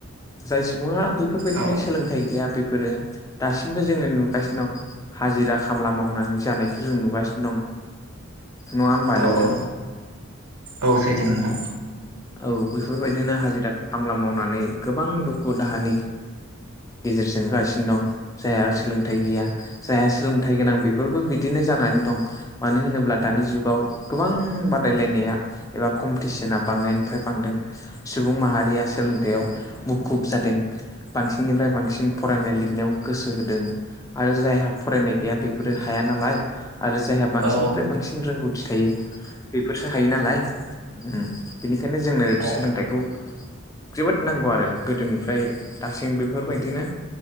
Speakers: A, on the left; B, on the right.
A: जाय सुबुङा बेफोरबायदिनो
B: औ
A: सोलोंथाइ गैया बेफोरो दासिमबो जोङो नुगासिनो दं हाजिरा खामला मावनानै जानायखौ जों नुगासिनो दं नङा होनबा
B: औ।
A: नोंथां।
B: औ औ। औ सैथो नोंथां
A: औ बेफोरबायदिनो हाजिरा खामला मावनानै गोबां दुखु दाहानि गेजेरजों गासिनो दं जायहा सोलोंथाइ गैया जायाहा सोलोंथाइ गोनां बेफोरबो बिदिनो जानानै दं। मानो होनोब्ला दानि जुगाव गोबां बादायलायनाया एबा कम्पिटिसना बांनायनिफ्राय बांदों सुबुं माहारिया सोलोंथायाव मुखुब जादों। बांनिफ्राय बांसिन फरायनाय लिरनायाव गोसो होदों। आरो जायहा फरायनाय गैया बेफोरो हाया नालाय आरो जायहा बांसिननिफ्राय
B: औ
A: बांसिन रोंगौ थि थायो बेफोरसो हायो नालाय उम बेनिखायनो जोंनो
B: औ
A: सोलोंथाइखौ जोबोद नांगौ आरो गोदोनिफ्राय दासिम बेफोरबायदिनो